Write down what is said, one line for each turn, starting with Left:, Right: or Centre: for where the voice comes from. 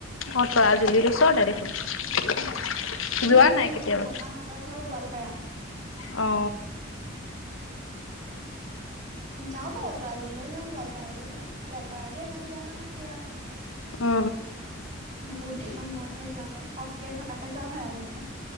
Left: অ তৰাজুলীত, ওচৰতে দেখোন।
Right: উম কিন্তু
Left: যোৱা
Right: এনেই
Left: নাই কেতিয়াবা
Right: মেইন মামাহঁতৰ ঘৰ গোৱালপাৰা।
Left: অ
Right: যাওঁ বাৰু তৰাজুলীলৈও যাওঁ, গোৱালপাৰালৈও যাওঁ। গোৱালপাৰালে ইমান যোৱা নহয় সেয়াও।
Left: অ
Right: বহুত দিনৰ মূৰতহে যোৱা হয়। সৰহকে থকাকে যোৱা হয় আৰু যেনিবা।